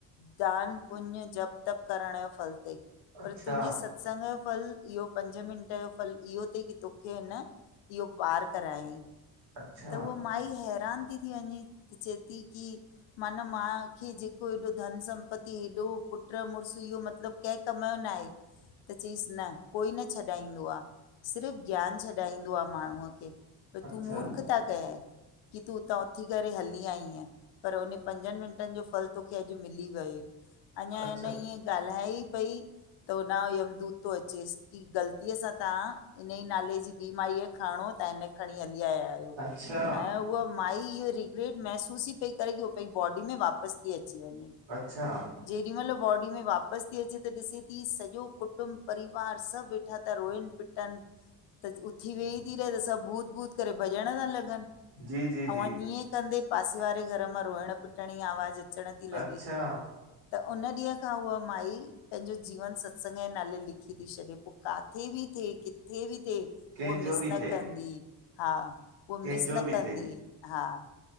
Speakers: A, on the left (about 60°); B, on the right (about 65°).
A: दान पुञं जप तप करण जो फल थई
B: अच्छा
A: पर तुंहिंजी स संग जो फल इहो पंज मिनट जो फल इहो तई की तोखे इन इहो पार करायईं।
B: अच्छा
A: त उह माई हैरान ती थी वञे चै ती की माना मां खे जेको हेॾो धन संपति हेॾो पुट मुड़ुसु इहो मतिलबु कंहिं कम जो न आहे, <inaudible> त चईसि न कोई न छॾाईंदो आ सिर्फ़ु ज्ञान छॾाईंदो आ माण्हूअ खे। त
B: अच्छा
A: तूं मूर्खता कय कि तूं उतां उथी करे हली आईयं। पर उन पंजनि मिंटनि जो फल तोखे अॼु मिली वियो, अञा
B: अच्छा
A: इन ईएंं ॻाल्हाए ई पई त होॾां यमदूत तो अचेसि की ग़लतीअ सां तव्हां इन ई नाले जी ॿी माई खे खरणो हो त हिन खे खणी हली आया आहियो,
B: अच्छा
A: ऐं उअ माई इहो रिग्रेट महसूस ई पई करे की उह पंहिंजी बॉडी में वापसि ती अची वञे।
B: अच्छा।
A: जेॾी महिल बॉडी में वापसि ती अचे त ॾिसे ती सॼो कुटुंब परिवार सभु वेठा ता रोइन पिट टन त उथी वेही ती रहे त सभु भूत- भूत करे भ ॾयण ता लॻनि,
B: जी जी
A: औं
B: जी
A: इएं कंदे पासे वारे घर मां रोअण पिटण जी आवाज़ अचण ती लॻे,
B: अच्छा
A: त उन ॾींहं खां उह माई पंहिंजो जीवन सत्संग जे नाले लिखी ती छॾे पो काथे बि थिए किथे बि थिए,
B: कंहिंजो
A: उह मिस
B: बि
A: न
B: थिए
A: कंदी हा
B: कंहिंजो
A: उह मिस न
B: बि
A: कंदी
B: थिए
A: हा।